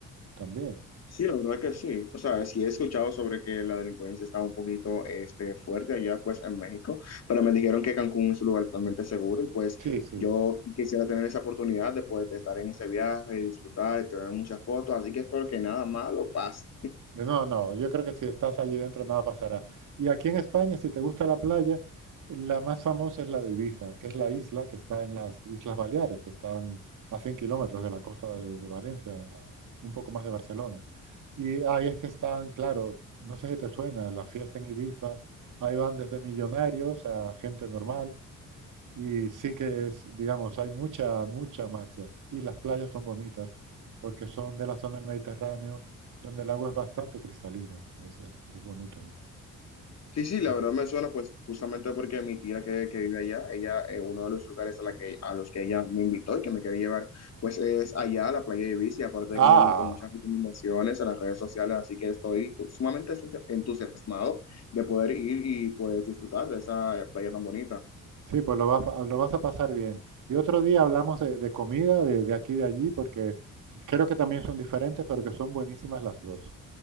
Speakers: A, on the right; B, on the left.
A: También.
B: Sí, la verdad que sí. O sea, sí he escuchado sobre que la delincuencia estaba un poquito este, fuerte allá pues en México, pero me dijeron que Cancún es un lugar totalmente seguro y pues
A: Sí, sí.
B: yo quisiera tener esa oportunidad de, pues, de estar en ese viaje, disfrutar y tener muchas fotos, así que espero que nada malo pase.
A: No, no, yo creo que si estás allí dentro nada pasará. Y aquí en España, si te gusta la playa, la más famosa es la de Ibiza, que es la isla que está en las Islas Baleares, que están a 100 kilómetros de la costa de, de Valencia, a- un poco más de Barcelona. Y ahí es que están, claro, no sé si te suena, la fiesta en Ibiza, ahí van desde millonarios a gente normal. Y sí que es, digamos, hay mucha, mucha marcha. Y las playas son bonitas porque son de la zona del Mediterráneo donde el agua es bastante cristalina. Es, es- es bonito ahí.
B: Sí, sí,
A: Entonces-
B: la verdad me suena pues justamente porque mi tía que, que vive allá, ella, eh, uno de los lugares a, la que, a los que ella me invitó y que me quería llevar, pues es allá a la playa de Ibiza, y aparte
A: ah,
B: de que yo he visto muchas recomendaciones en las redes sociales, así que estoy tu- sumamente entusia- entusiasmado de poder ir y pues disfrutar de esa eh, playa tan bonita.
A: sí, pues lo vas, a- lo vas a pasar bien. Y otro día hablamos de, de comida de, de aquí y de allí porque creo que también son diferentes, pero que son buenísimas las dos.